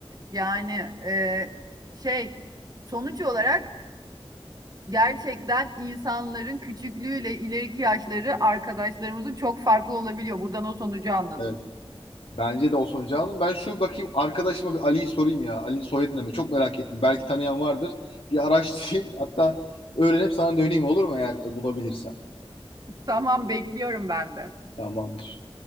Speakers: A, on the right (about 40°); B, on the left (about 70°).
A: Yani e, şey sonuç olarak Gerçekten insanların küçüklüğüyle ileriki yaşları arkadaşlarımızın çok farklı olabiliyor. Buradan o sonucu anladım.
B: Evet. Bence de Osman Can'ın. Ben şu bakayım arkadaşıma bir Ali'yi sorayım ya. Ali'nin soyadını mı? Çok merak ettim. Belki tanıyan vardır. Bir araştırayım. Hatta öğrenip sana döneyim olur mu eğer bulabilirsem.
A: Tamam bekliyorum ben de.
B: Tamamdır.